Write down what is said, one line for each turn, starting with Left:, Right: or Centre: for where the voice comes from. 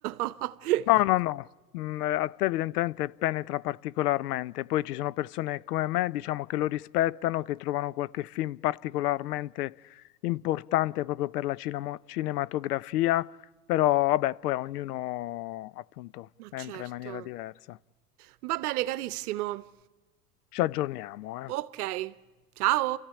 Right: <laughs>
Left: No, no, no, mm, a te evidentemente penetra particolarmente, poi ci sono persone come me, diciamo, che lo rispettano, che trovano qualche film particolarmente importante proprio per la cinamo- cinematografia, però vabbè, poi a ognuno appunto
Right: Ma
Left: entra
Right: certo.
Left: in maniera diversa.
Right: Va bene, carissimo.
Left: Ci aggiorniamo, eh.
Right: Ok, ciao.